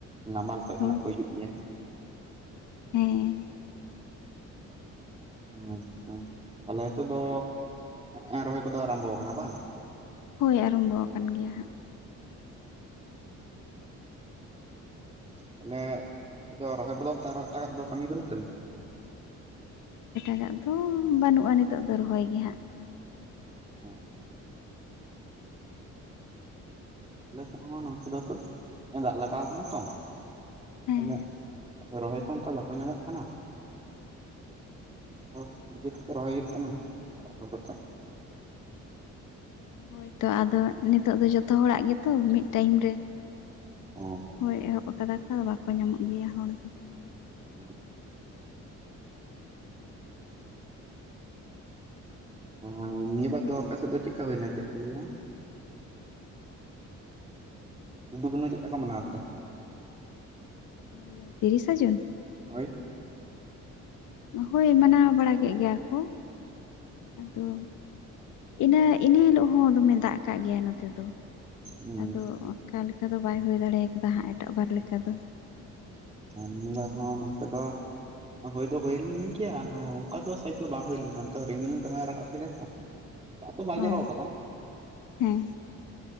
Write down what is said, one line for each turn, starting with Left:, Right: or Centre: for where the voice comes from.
Right: ᱱᱟᱢᱟᱞ ᱥᱮᱫ ᱠᱷᱚᱱᱟᱜ
Left: ᱦᱳᱭ
Right: ᱠᱚ ᱦᱤᱡᱩᱜ ᱜᱮᱭᱟ।
Left: ᱦᱮᱸ᱾
Right: ᱟᱪᱪᱷᱟ ᱛᱟᱦᱚᱞᱮ ᱱᱤᱛᱚᱜ ᱫᱚ ᱱᱮᱜᱼᱮ ᱨᱚᱦᱚᱭ ᱠᱚᱫᱚ ᱟᱨᱟᱢᱵᱚ ᱟᱠᱟᱱᱟ ᱵᱟᱝ?
Left: ᱦᱳᱭ ᱟᱨᱚᱢᱵᱚ ᱟᱠᱟᱱ ᱜᱮᱭᱟ ᱦᱟᱸᱜ।
Right: ᱛᱟᱦᱚᱞᱮ ᱱᱤᱛᱚᱜ ᱫᱚ ᱨᱚᱦᱚᱭ ᱵᱚᱫᱚᱞ ᱛᱮ ᱟᱨᱚ ᱮᱴᱟᱜᱟᱜ ᱫᱚ ᱠᱟᱹᱢᱤ ᱵᱟᱹᱱᱩᱜ ᱛᱟᱵᱤᱱᱟ?
Left: ᱮᱴᱟᱜᱟᱜ ᱫᱚ ᱵᱟᱹᱱᱩᱜᱼᱟ ᱱᱤᱛᱳᱜ ᱫᱚ ᱨᱚᱦᱚᱭ ᱜᱮ ᱦᱟᱸᱜ।
Right: ᱚᱸ ᱟᱞᱮ ᱥᱮᱫ ᱦᱚᱸ ᱱᱩᱝᱠᱩ ᱫᱚ ᱱᱤᱛᱚᱜ ᱫᱚ ᱫᱟᱜ ᱞᱟᱜᱟᱣ ᱠᱟᱱᱟ ᱛᱚ᱾
Left: ᱦᱮᱸ
Right: ᱛᱟᱦᱞᱮ ᱨᱚᱦᱚᱭ ᱠᱚ ᱚᱱᱠᱟ ᱵᱟᱠᱚ ᱧᱟᱢᱚᱜ ᱠᱟᱱᱟ। ᱟᱫᱚ ᱱᱤᱡᱮ ᱛᱮᱜᱮ ᱨᱚᱦᱚᱭ ᱦᱩᱭᱩᱜ ᱠᱟᱱᱟ ᱚᱲᱟᱜ ᱦᱚᱲ ᱠᱚᱛᱮ।
Left: ᱦᱳᱭᱛᱚ ᱟᱫᱚ ᱱᱤᱛᱚᱜ ᱫᱚ ᱡᱚᱛᱚ ᱦᱚᱲᱟᱜ ᱜᱮᱛᱚ ᱢᱤᱫ ᱴᱟᱭᱤᱢ ᱨᱮ।
Right: ᱚ
Left: ᱦᱳᱭ ᱮᱦᱚᱵ ᱠᱟᱫᱟ ᱠᱚ ᱵᱟᱠᱚ ᱧᱟᱢᱚᱜ ᱜᱮᱭᱟ ᱦᱚᱲ ᱫᱚ।
Right: ᱦᱩ᱾ ᱟᱫᱚ ᱱᱤᱭᱟᱹ ᱵᱟᱨ ᱫᱚ ᱟᱯᱮ ᱥᱮᱫ ᱫᱚ ᱪᱮᱫᱠᱟ ᱦᱩᱭᱮᱱᱟ ᱪᱮᱫ ᱠᱚ ᱞᱟᱹᱭᱟᱼᱼ ᱥᱤᱫᱩ ᱠᱟᱹᱱᱩ ᱪᱮᱫ ᱞᱮᱠᱟ ᱠᱚ ᱢᱟᱱᱟᱣ ᱠᱮᱫᱟ?
Left: ᱤᱭᱟᱹ ᱛᱤᱨᱤᱥᱟ ᱡᱩᱱ?
Right: ᱦᱳᱭ
Left: ᱦᱳᱭ ᱢᱟᱱᱟᱣ ᱵᱟᱲᱟ ᱠᱮᱜ ᱜᱮᱭᱟ ᱠᱚ ᱟᱫᱚᱼᱼ ᱤᱱᱟᱹ ᱤᱱᱮ ᱦᱤᱞᱳᱜ ᱦᱚᱸ ᱫᱚᱢᱮ ᱫᱟᱜ ᱠᱟᱜ ᱜᱮᱭᱟ ᱱᱚᱛᱮ ᱫᱚ᱾
Right: ᱦᱩᱸ
Left: ᱟᱫᱚ ᱚᱱᱠᱟ ᱞᱮᱠᱟ ᱫᱚ ᱵᱟᱭ ᱦᱳᱭ ᱫᱟᱲᱮ ᱠᱟᱫᱟ ᱦᱟᱸᱜ ᱮᱴᱟᱜ ᱵᱟᱨ ᱞᱮᱠᱟ ᱫᱚ।
Right: ᱟᱨ ᱱᱤᱭᱟ ᱵᱟᱨ ᱦᱚᱸ ᱱᱛᱮ ᱫᱚᱼᱼ <inaudible> ᱦᱳᱭ ᱫᱚ ᱦᱳᱭ ᱞᱮᱱ ᱜᱮᱭᱟ ᱟᱫᱚ ᱚᱱᱠᱟ ᱫᱚ ᱥᱟᱡ ᱫᱚ ᱵᱟᱝ ᱦᱳᱭ ᱞᱮᱱᱟ ᱨᱤᱢᱤᱞ ᱫᱚᱢᱮ ᱨᱟᱠᱟᱵ ᱠᱮᱫᱟ ᱥᱮ। ᱫᱟᱜ ᱫᱚ ᱵᱟᱭ ᱡᱚᱨᱚ
Left: ᱚ
Right: ᱠᱟᱫᱟ᱾
Left: ᱦᱮᱸ